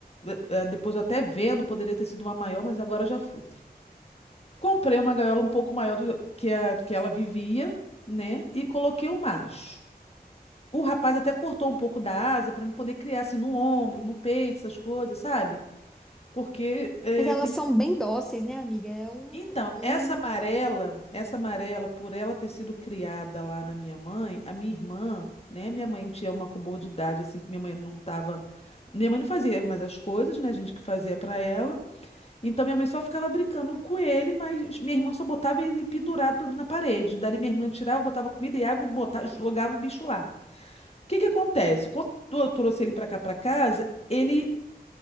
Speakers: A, on the left (about 40°); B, in the centre.
A: Eh, eh, Depois eu até vendo, poderia ter sido uma maior, mas agora já fui. Comprei uma gaiola um pouco maior do que a que ela vivia, né? E coloquei o macho. O rapaz até cortou um pouco da asa para me poder criar assim no ombro, no peito, essas coisas, sabe? Porque é,
B: Mas elas
A: tem...
B: são
A: que-
B: bem dóceis, né, amiga? É um,
A: Então,
B: um...
A: essa amarela, essa amarela, por ela ter sido criada lá na minha mãe, a minha irmã, né? Minha mãe tinha uma comorbidade assim que minha mãe não tava, minha mãe não fazia mais as coisas, né? A gente que fazia para ela. Então minha mãe só ficava brincando com ele, mas minha irmã só botava ele pendurado na parede. Dali minha irmã tirava, botava comida e água e botava, jogava o bicho lá. O que que acontece? Quando eu trouxe ele pra cá pra casa, ele